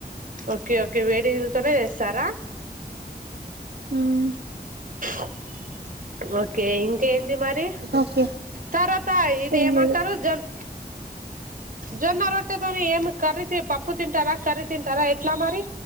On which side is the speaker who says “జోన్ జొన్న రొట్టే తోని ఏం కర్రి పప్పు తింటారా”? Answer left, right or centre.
Right